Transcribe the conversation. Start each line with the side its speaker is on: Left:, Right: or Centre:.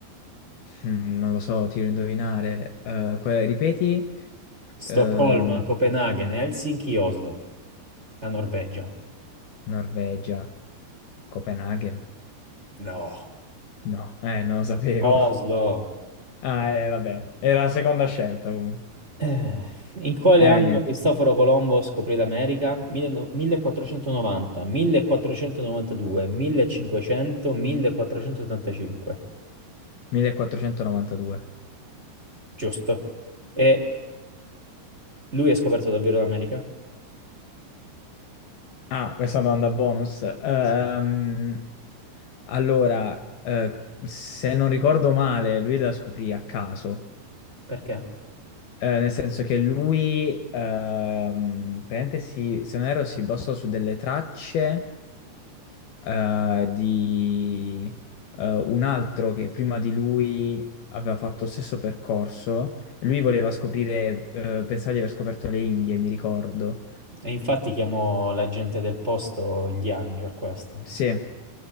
Left: Mm, non lo so, tiro a indovinare. Eh, que- ripeti?
Right: Stoccolma,
Left: Ehm,
Right: Copenaghen, Helsinki, Oslo. La Norvegia.
Left: Norvegia. Copenaghen?
Right: No.
Left: No, eh, non lo sapevo.
Right: Oslo.
Left: <laughs> Ah, eh, vabbè. Era la seconda scelta comunque.
Right: Eh, In quale
Left: Eh,
Right: anno
Left: niente.
Right: Cristoforo Colombo scoprì l'America? 19 1490, 1492, 1500, 1485.
Left: 1492.
Right: Giusto. E Lui ha scoperto davvero l'America?
Left: Ah, questa domanda bonus. Ehm,
Right: Sì.
Left: allora, eh, se non ricordo male, lui la scoprì a caso.
Right: Perché?
Left: Eh, nel senso che lui, ehm, praticamente si, se non erro, si basò su delle tracce eh, di eh, un altro che prima di lui aveva fatto lo stesso percorso. Lui voleva scoprire, eh, pensava di aver scoperto le Indie, mi ricordo.
Right: E infatti chiamò la gente del posto indiani per questo.
Left: Sì,